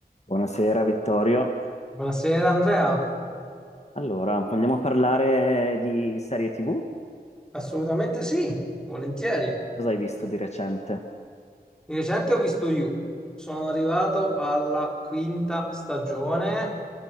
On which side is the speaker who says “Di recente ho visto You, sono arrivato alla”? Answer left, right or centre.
Centre